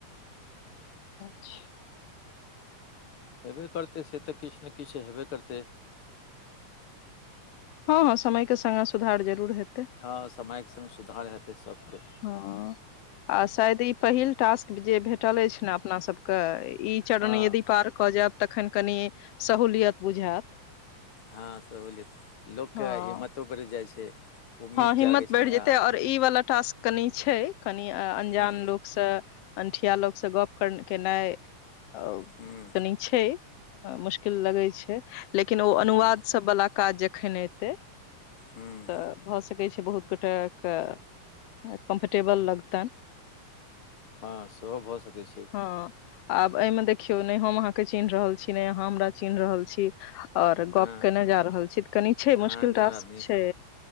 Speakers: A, on the left; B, on the left.
A: अच्छ
B: हेबे करतै से तऽ किछ नय किछ तऽ हेबे करतै
A: हँ - हँ समय केँ संगे सुधार जरूर हेतै
B: हँ समयक संग सुधार है तै सब कऽ
A: हँ आ शायद ई पहिल टास्क जे भेटल अछि नऽ अपना सब कऽ ई चरण
B: हँ
A: यदि पार कऽ जाइब तखैन कनि सहूलियत बुझैत
B: हँ सहूलियत लोक केँ
A: हँ
B: हिम्मतो बढ़ि जाइ छै उम्मीद
A: हँ हिम्मत
B: जागै
A: बइढ़
B: छै नया
A: जेते आओर ई वाला टास्क कनि छै कनि अंजान
B: हुँ
A: लोक सँ अंठिया लोग सँ गप्प कऽ केनाइ कनि
B: हुँ
A: छै हँ मुश्किल लगै छै लेकिन ओ
B: हँ
A: अनुवाद सब वाला काज जखैन एतै
B: हुँ
A: तऽ भऽ सकै छै बहुत गोटे कऽ कम्फर्टेबल लगतैन
B: हँ सेहो भऽ सकै छै
A: हँ आब एहिमे देखियौ नय हम अहाँक चिन्ह रहल छी नय अहाँ हमरा चिन्ह रहल छी आओर
B: हँ
A: गप्प केने जा रहल छी तऽ कनी छै
B: हँ
A: मुश्किल
B: दुनू
A: टास्क
B: आदमी
A: छै